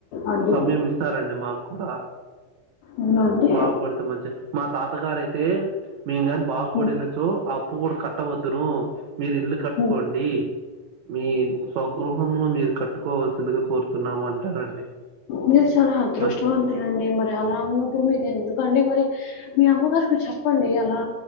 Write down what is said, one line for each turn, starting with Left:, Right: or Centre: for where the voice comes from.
Left: అడ్డు
Right: సమయం ఇస్తారండి మాకు కూడా
Left: అవునా అండి
Right: బాగుపడితే మంచి మా తాతగారయితే మేము కాని బాగుపడిన
Left: ఉమ్,
Right: చో ఆ అప్పు కూడా కట్టవద్దును మీరు ఇల్లు కట్టుకోండి
Left: ఉమ్.
Right: మీ స్వగృహంను మీరు కట్టుకోవాల్సిందిగా కోరుతున్నాము అంటారండి
Left: మీది చాలా అదృష్టవంత
Right: మంచి
Left: లండి మరి అలా ఉన్నప్పుడు మీరే ఎందుకండి మరి మీ అమ్మగారికి చెప్పండి అలా